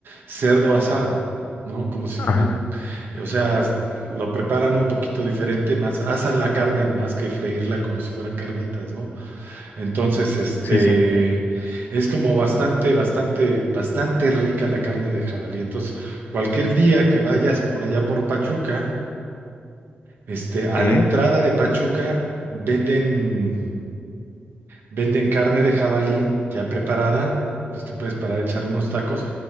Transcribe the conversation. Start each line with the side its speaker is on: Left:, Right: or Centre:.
Right: cerdo asado, ¿no? Como si
Left: Ajá,
Right: fueran, o sea, lo preparan un poquito diferente, más asan la carne más que freírla como si fueran carnitas, ¿no? Entonces, este,
Left: sí, sí.
Right: es como bastante, bastante, bastante rica la carne de jabalí. Entonces, cualquier día que vayas por allá por Pachuca, este, a
Left: Ok.
Right: la entrada de Pachuca venden, venden carne de jabalí ya preparada. Entonces te puedes parar a echar unos tacos.